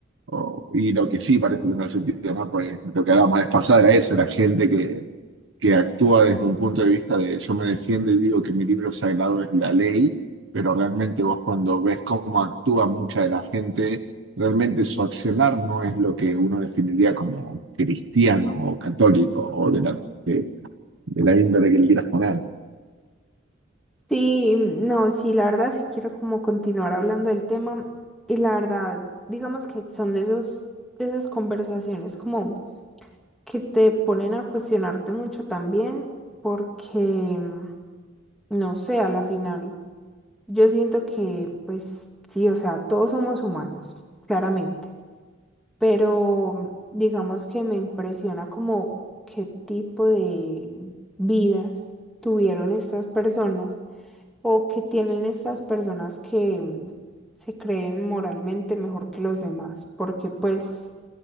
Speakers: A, on the right (about 75°); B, in the centre.
A: o- y lo que sí parece tener sentido, ¿no? Pues lo que hablábamos la vez pasada era eso, la gente que, que actúa desde un punto de vista de yo me defiendo y digo que mi libro sagrado es la ley, pero realmente vos cuando ves cómo actúa mucha de la gente, realmente su accionar no es lo que uno definiría como cristiano o católico o de la, de, de la índole que le quieras poner.
B: Sí, no, sí, la verdad sí quiero como continuar hablando del tema y la verdad, digamos que son de esos, de esas conversaciones como que te ponen a cuestionarte mucho también porque, mm, no sé, a la final yo siento que pues sí, o sea, todos somos humanos, claramente, pero mm, digamos que me impresiona como qué tipo de vidas tuvieron estas personas o que tienen estas personas que mm, se creen moralmente mejor que los demás, porque pues